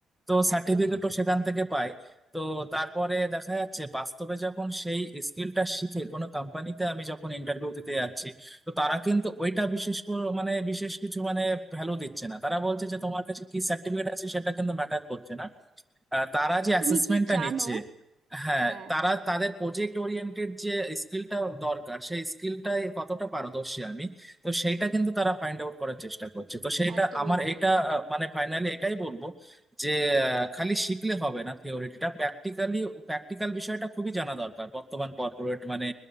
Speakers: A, in the centre; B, on the right.
A: তো সার্টিফিকেটও
B: একদমই
A: সেখান থেকে পাই তো তারপরে দেখা যাচ্ছে বাস্তবে যখন সেই স্কিলটা শিখে কোনো কোম্পানিতে আমি যখন ইন্টারভিউ দিতে যাচ্ছি তো তারা কিন্তু ওইটা বিশেষ করে মানে বিশেষ কিছু মানে ভ্যালু দিচ্ছে না তারা বলছে যে তোমার কাছে কি সার্টিফিকেট আছে সেটা কিন্তু ম্যাটার করছে না আহ, তারা যে অ্যাসেসমেন্টটা
B: তুমি কি জানো
A: নিচ্ছে হ্যাঁ
B: হ্যাঁ
A: তারা তাদের প্রজেক্ট ওরিয়েন্টেড যে স্কিলটা দরকার সেই স্কিলটাই কতটা পারদর্শী আমি তো সেইটা কিন্তু তারা ফাইন্ড আউট করার চেষ্টা করছে তো সেইটা
B: একদমই
A: আমার
B: তাই
A: এটা আহ, মানে ফাইনালি এটাই বলবো যে আহ, খালি শিখলে হবে না থিওরিটা প্র্যাকটিক্যালি প্র্যাকটিক্যাল বিষয়টা খুবই জানা দরকার বর্তমান কর্পোরেট মানে